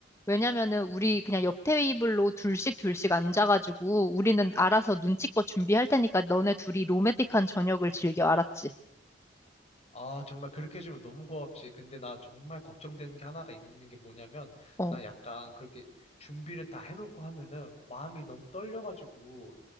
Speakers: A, on the left (about 15°); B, on the left (about 35°).
A: 왜냐면은 우리 그냥 옆 테이블로 둘씩 둘씩 앉아가지고 우리는 알아서 눈치껏 준비할 테니까 너네 둘이 로맨틱한 저녁을 즐겨, 알았지?
B: 아, 정말 그렇게 해주면 너무 고맙지. 근데 나 정말 걱정되는 게 하나가 있는 게 뭐냐면,
A: 어.
B: 나 약간 그렇게 준비를 다 해놓고 하면은 마음이 너무 떨려가지고,